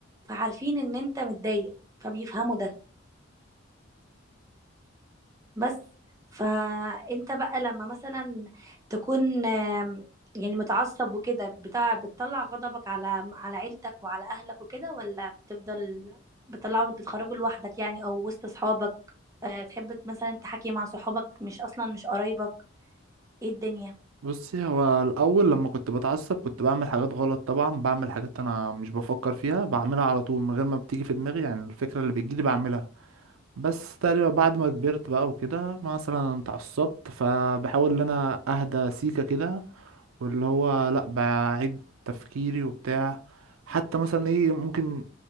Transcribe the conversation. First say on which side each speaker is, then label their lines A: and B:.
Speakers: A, on the right (about 15°); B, on the right (about 85°).
A: فعارفين ان انت متضايق فبيفهموا ده بس فانت بقى لما مثلا تكون آم، يعني متعصب وكده بتاع بتطلع غضبك على على عيلتك وعلى اهلك وكده ولا بتفضل بتطلعه بتخرجه لوحدك يعني او وسط اصحابك آه، تحب مثلا تحكي مع صحابك مش اصلا مش قرايبك ايه الدنيا
B: بصي هو الاول لما كنت بتعصب كنت بعمل حاجات غلط طبعا بعمل حاجات انا مش بفكر فيها بعملها على طول من غير ما بتيجي في دماغي يعني الفكره اللي بتجيلي بعملها بس تقريبا بعد ما كبرت بقى وكده مثلا اتعصبت فبحاول ان انا اهدى سيكة كده واللي هو لا بعيد تفكيري وبتاع حتى مثلا ايه ممكن